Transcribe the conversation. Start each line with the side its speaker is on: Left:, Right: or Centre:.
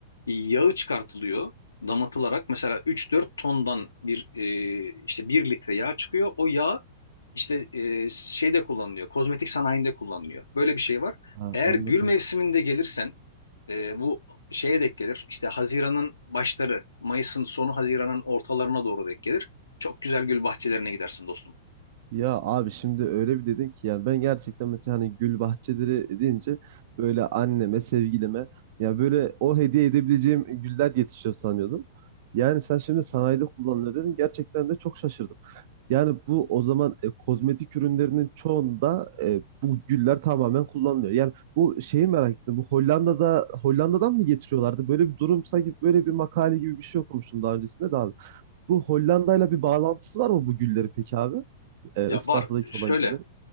Left: Yağı çıkartılıyor damatılarak. Mesela 3-4 tondan bir e, işte bir litre yağ çıkıyor. O yağ işte e, şeyde kullanılıyor. Kozmetik sanayinde kullanılıyor. Böyle bir şey var.
Right: Ha,
Left: Eğer
Right: anladım.
Left: gül mevsiminde gelirsen e, bu şeye denk gelir. İşte Haziran'ın başları, Mayıs'ın sonu, Haziran'ın ortalarına doğru denk gelir. Çok güzel gül bahçelerine gidersin dostum.
Right: Ya abi şimdi öyle bir dedin ki yani ben gerçekten mesela hani gül bahçeleri deyince böyle anneme, sevgilime ya böyle o hediye edebileceğim güller yetişiyor sanıyordum. Yani sen şimdi sanayide kullanılıyor dedin. Gerçekten de çok şaşırdım. Yani bu o zaman e, kozmetik ürünlerinin çoğunda e, bu güller tamamen kullanılıyor. Yani bu şeyi merak ettim. Bu Hollanda'da Hollanda'dan mı getiriyorlardı? Böyle bir durum sanki böyle bir makale gibi bir şey okumuştum daha öncesinde de abi. Bu Hollanda'yla bir bağlantısı var mı bu güllerin peki abi? Ee,
Left: Ya
Right: Isparta'daki
Left: var şöyle
Right: olan güllerin.